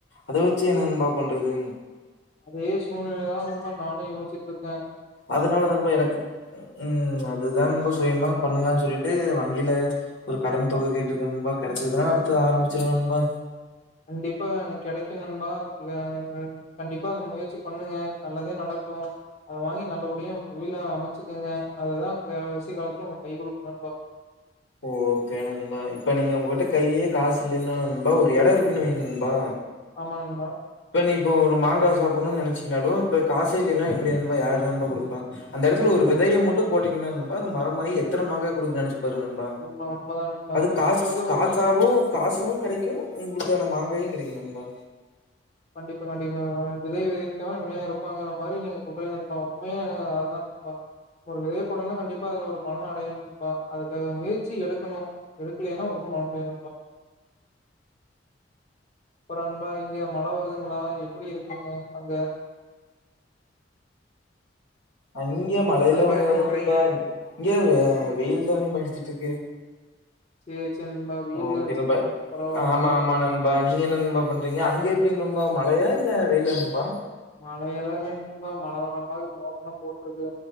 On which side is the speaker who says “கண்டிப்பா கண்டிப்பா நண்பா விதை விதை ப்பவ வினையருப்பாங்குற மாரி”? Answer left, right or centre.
Left